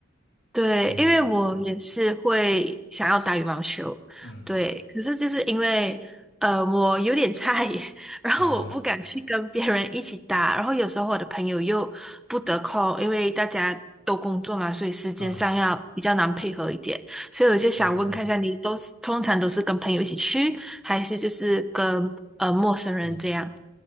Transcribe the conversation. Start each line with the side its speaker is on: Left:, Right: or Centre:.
Centre: 对，
Left: 嗯嗯，
Centre: 因为我也是会想要打羽毛球，
Left: 对，嗯，
Centre: 对，可是就是因为呃我有点菜耶，<laughs> 然后我不敢去跟别人一起打，
Left: 啊嗯
Centre: 然后有时候我的朋友又不得空，因为大家都工作嘛，所以时间上要比较难配合一点，
Left: 嗯
Centre: 所以我就想问看一下，
Left: 嗯
Centre: 你都是通常都是跟朋友一起去，还是就是跟呃陌生人这样？
Left: 嗯。